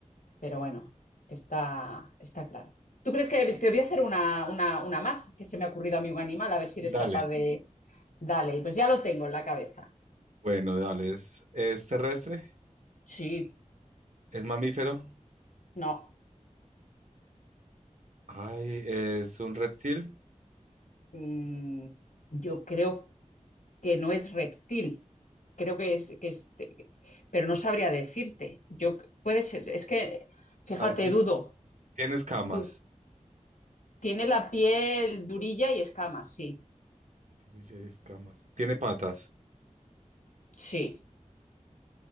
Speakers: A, on the left; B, on the right.
A: Pero bueno, está, está claro. ¿Tú crees que te voy a hacer una, una, una más que se me ha ocurrido a mí un animal? A ver si eres
B: Dale.
A: capaz de... Dale, pues ya lo tengo en la cabeza.
B: Bueno, dale, es, es terrestre,
A: Sí,
B: es mamífero,
A: no.
B: ay, es un reptil,
A: mm, yo creo que no es reptil. Creo que es, que es- Pero no sabría decirte. Yo, puede ser... Es que, fíjate,
B: a ver, ti-
A: dudo.
B: tiene escamas,
A: dudo. Tiene la piel durilla y escamas, sí.
B: turilla y escamas, tiene patas,
A: Sí.